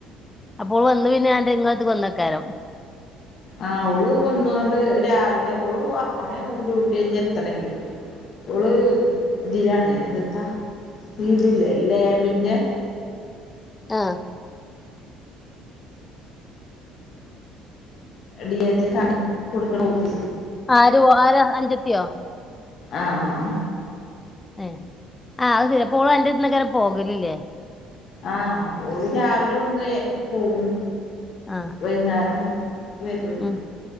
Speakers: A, on the left; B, on the left.
A: അപ്പോവന്ന് പിന്നെ ഞന്റെ ഇങ്ങത്ത് കൊന്നേക്കാരം
B: ആ ഓള് വന്നണ്ട് രാവിലെ ഓള് ആണ ഡ്യൂട്ടി കഴിഞ്ഞ എത്തണെങ്കിൽ ഓള് ഇതിലാണ് എന്തെത്താ? ഇതില്ലേ ലേബിന്റെ,
A: ആഹ്
B: ഡി എജ കുടുക്ക ഓഫി
A: ആരോ ആരാ അഞ്ചത്തിയോ?
B: ആഹ് ആ ആ
A: എഹ് ആഹ് സെരി ഓള് അന്റട്ത്ത്ന്നേക്കാരം പോകലില്ലേ
B: ആഹ് ഓള് രാവിലെ ഇവിടുന്ന് പോകും.
A: ആ
B: വൈകുന്നേരം വരും
A: ഉം